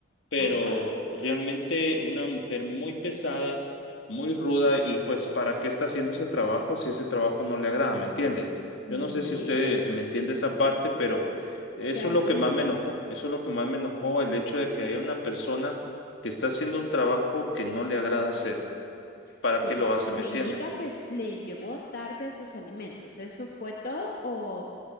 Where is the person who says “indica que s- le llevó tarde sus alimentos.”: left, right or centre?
Left